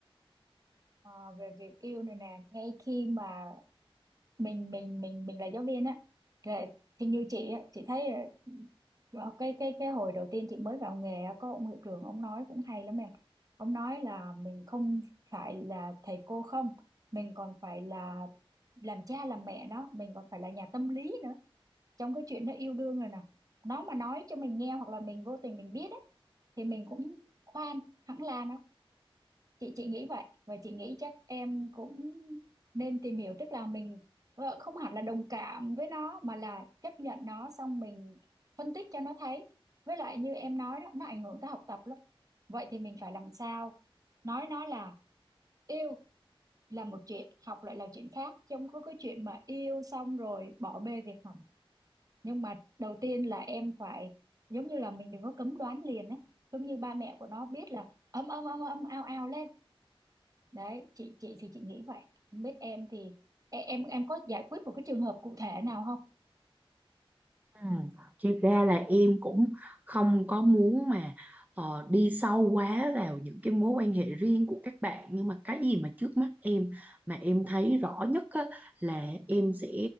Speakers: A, on the right; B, on the right.
A: Ờ, về việc yêu này nè, ngay khi mà mình mình mình mình là giáo viên á, là- thì như chị á, chị thấy là Ờ, cái cái cái hồi đầu tiên chị mới vào nghề á, có ông hiệu trưởng ông nói cũng hay lắm em ông nói là mình không phải là thầy cô không mình còn phải là làm cha làm mẹ đó mình còn phải là nhà tâm lý nữa trong cái chuyện nó yêu đương rồi nè nó mà nói cho mình nghe hoặc là mình vô tình mình biết ấy thì mình cũng khoan hẳn là nó chị chị nghĩ vậy và chị nghĩ chắc em cũng nên tìm hiểu tức là mình ờ, không hẳn là đồng cảm với nó mà là chấp nhận nó xong mình phân tích cho nó thấy với lại như em nói đó nó ảnh hưởng tới học tập lắm vậy thì mình phải làm sao nói nó là yêu là một chuyện học lại là chuyện khác chứ không có cái chuyện mà yêu xong rồi bỏ bê việc học nhưng mà đầu tiên là em phải giống như là mình đừng có cấm đoán liền ấy giống như ba mẹ của nó biết là âm âm âm âm ao ao lên đấy chị chị thì chị nghĩ vậy không biết em thì e- em em có giải quyết một cái trường hợp cụ thể nào không
B: Ừ. Thực ra là em cũng không có muốn mà ờ, đi sâu quá vào những cái mối quan hệ riêng của các bạn nhưng mà cái gì mà trước mắt em mà em thấy rõ nhất á, là em sẽ